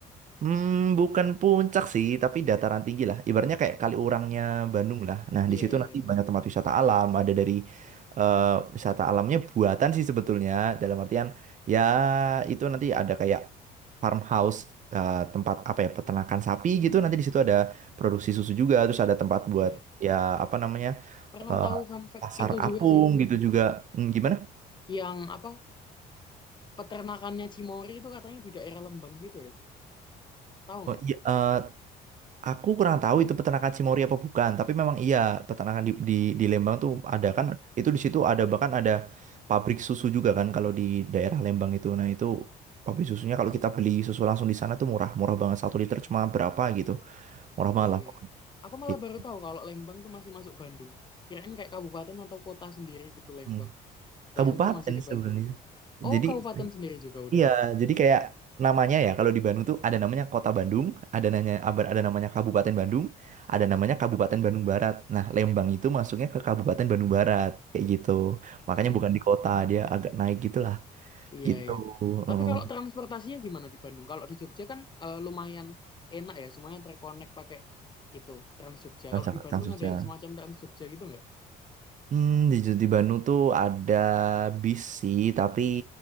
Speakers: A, on the right (about 45°); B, on the left (about 25°).
A: Hmm, bukan puncak sih, tapi dataran tinggi lah. Ibaratnya kayak
B: Oh,
A: Kaliurangnya Bandung lah. Nah,
B: iya
A: di situ
B: iya
A: nanti
B: iya.
A: banyak tempat wisata alam. Ada dari eh, wisata alamnya buatan sih sebetulnya. Dalam artian ya itu nanti ada kayak farmhouse eh, tempat apa ya peternakan sapi gitu. Nanti di situ ada produksi susu juga. Terus ada tempat buat
B: Iya,
A: ya apa namanya
B: Pernah
A: eh,
B: tahu fun fact
A: pasar
B: itu juga
A: apung
B: sih.
A: gitu juga. Hmm, gimana?
B: Yang apa? Peternakannya Cimory itu katanya di daerah Lembang situ ya? Tahu
A: Oh,
B: nggak?
A: iya, eh, Aku kurang tahu itu peternakan Cimory apa bukan, tapi memang iya peternakan di, di, di Lembang tuh ada
B: Hmm,
A: kan, itu di situ ada bahkan ada pabrik susu juga kan kalau di daerah Lembang itu. Nah itu pabrik susunya kalau kita beli susu langsung di sana tuh murah, murah banget satu liter cuma berapa gitu, murah
B: iya
A: banget lah
B: iya.
A: pokoknya.
B: Aku malah
A: Gitu.
B: baru tahu kalau Lembang tuh masih masuk Bandung. Kirain kayak kabupaten atau kota sendiri gitu Lembang.
A: Hmm.
B: Ternyata
A: Kabupaten
B: masih di
A: sebenarnya.
B: Bandung. Oh,
A: Jadi
B: kabupaten sendiri juga udah.
A: Iya, jadi kayak namanya ya kalau di Bandung tuh ada namanya Kota Bandung, ada nanya abar- ada namanya Kabupaten Bandung, ada namanya Kabupaten Bandung Barat. Nah, Lembang itu masuknya ke Kabupaten Bandung Barat kayak gitu. Makanya
B: Hmm,
A: bukan di kota, dia agak naik gitulah.
B: iya
A: Gitu.
B: iya. Tapi
A: Heeh.
B: kalau transportasinya gimana di Bandung? Kalau di Jogja kan eh, lumayan enak ya, semuanya terkonek pakai itu Trans Jogja.
A: Langsung
B: Kalau di Bandung
A: langsung
B: ada
A: aja.
B: yang semacam Trans Jogja gitu nggak?
A: Hmm, di di Bandung tuh ada bis sih, tapi